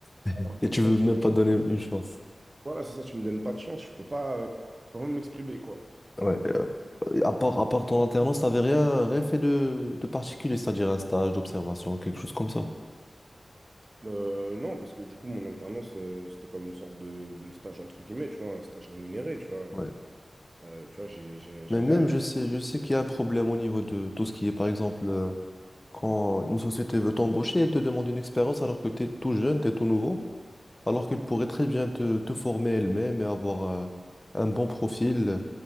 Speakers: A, on the left (about 20°); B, on the right (about 35°).
A: <laughs>
B: alors que
A: et tu veux
B: je viens
A: même
B: de
A: pas donner une chance.
B: Voilà, c'est ça, tu me donnes pas de chance, je peux pas, euh, je peux pas m'exprimer, quoi.
A: Ouais. Euh, à part, à part ton alternance, t'avais rien, rien fait de, de particulier, c'est-à-dire un stage d'observation, quelque chose comme ça.
B: Euh, euh, non, parce que du coup, mon alternance, euh, c'était comme une sorte de, de stage, entre guillemets, tu vois, un stage rémunéré, tu vois.
A: Ouais.
B: Euh, tu vois, j'ai- j'ai- j'allais
A: Mais même,
B: à la...
A: je sais, je sais qu'il y a un problème au niveau de tout ce qui est, par exemple, euh, Quand une société veut t'embaucher, elle te demande une expérience alors que tu es tout jeune, tu es tout nouveau, alors qu'elle pourrait très bien te, te former elle-même et avoir euh, un bon profil